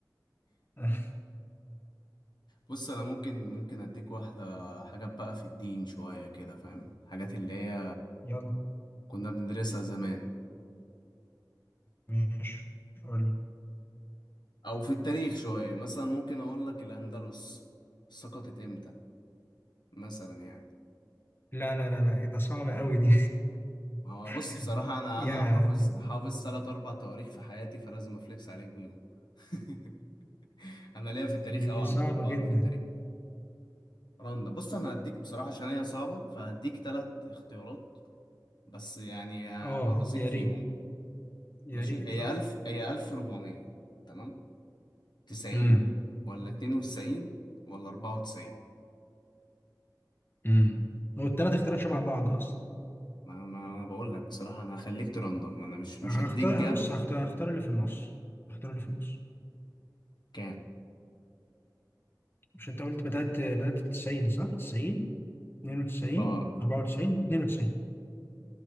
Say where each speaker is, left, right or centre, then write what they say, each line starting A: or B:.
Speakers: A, on the left; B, on the left.
A: <laughs>
B: بص انا ممكن ممكن اديك واحده حاجات بقى في الدين شويه كده فاهم حاجات اللي هي
A: يلا
B: كنا بندرسها زمان
A: ماشي قولي
B: او في التاريخ شويه مثلا ممكن اقول لك الاندلس سقطت امتى مثلا يعني
A: لا لا لا لا ايه ده صعب قوي دي
B: ما هو
A: <laughs>
B: بص بصراحه انا
A: يعني
B: انا حافظ حافظ ثلاث اربع تواريخ في حياتي فلازم افليكس عليك بيهم <laughs> انا ليا في التاريخ
A: دي
B: قوي
A: صعبة
B: عامه بعرف
A: جدا
B: في التاريخ رندا بص انا هديك بصراحه عشان هي صعبه فهديك ثلاث اختيارات بس يعني آه،
A: اه
B: هرزيك
A: يا
B: فيهم
A: ريت يا
B: ماشي
A: ريت
B: هي
A: اه
B: 1000 هي 1400 تمام 90
A: امم
B: ولا 92 ولا 94
A: امم والتلات اختيارات شبه بعض اصلا
B: ما, ما انا بقول لك بصراحة انا هخليك ترندم انا مش مش
A: هختار
B: هديك جاب
A: بص هختار هختار اللي في النص هختار اللي في النص
B: كام
A: مش انت قلت بدأت بدأت في 90 صح 90 92
B: اه
A: 94 92